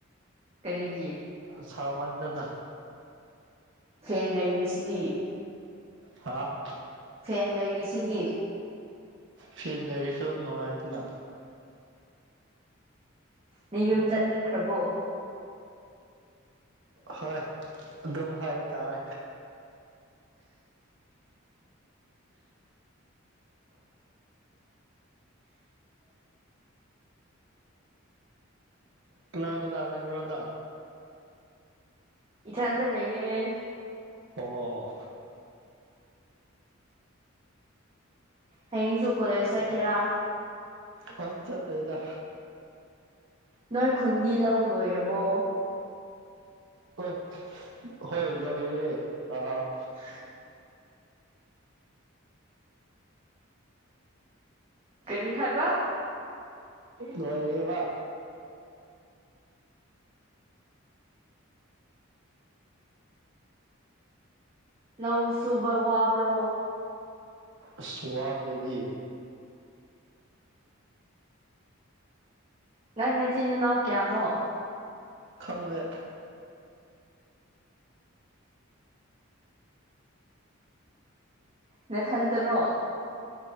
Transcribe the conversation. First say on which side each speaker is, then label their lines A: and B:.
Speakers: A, on the right; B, on the right.
A: ꯀꯔꯤꯒꯤ
B: ꯁ ꯃꯊ ꯅꯠꯇ
A: ꯍꯦ ꯂꯩꯔꯤꯁꯤꯗꯤ
B: ꯍꯥꯥ
A: ꯐꯦꯟ ꯂꯩꯔꯤꯁꯤ ꯌꯦ
B: ꯐꯤ ꯂꯩꯔꯤꯁꯨ ꯅꯨꯡꯉꯥꯏꯇꯅ
A: ꯅ ꯌꯨꯝ ꯆꯠꯅꯤꯡꯈ꯭ꯔꯕꯣ
B: ꯍꯣꯏ ꯑꯗꯨꯝ ꯍꯥꯏꯕ ꯇꯥꯔꯦ ꯀꯅꯥꯥꯛ ꯀꯅꯥꯥ ꯂꯩꯔꯣꯅꯥ
A: ꯏꯇꯑꯗ ꯂꯩꯌꯦꯦ
B: ꯑꯣ ꯍꯣ
A: ꯍꯌꯦꯡꯁꯨ ꯀꯣꯂꯦꯖ ꯆꯠꯀꯦꯔꯥ
B: ꯍꯁ ꯆꯠꯗꯗ
A: ꯅꯣꯏ ꯈꯨꯟꯗꯤ ꯂꯧ ꯂꯣꯏꯔꯕꯣ
B: ꯍꯣꯏ ꯍꯣꯏ ꯂꯣꯏꯔꯦ ꯑ
A: <inaudible> ꯀꯔꯤ ꯍꯥꯏꯕ
B: ꯅꯔꯤꯕ
A: ꯂꯧ ꯁꯨꯕ ꯋꯥꯕ꯭ꯔꯣ
B: ꯑꯁꯋꯥꯗꯗꯤ
A: ꯅ ꯉ ꯆꯤꯅ ꯅꯧꯀꯦꯅꯣ
B: ꯈꯪꯅ
A: ꯅꯊꯟꯇꯔꯣ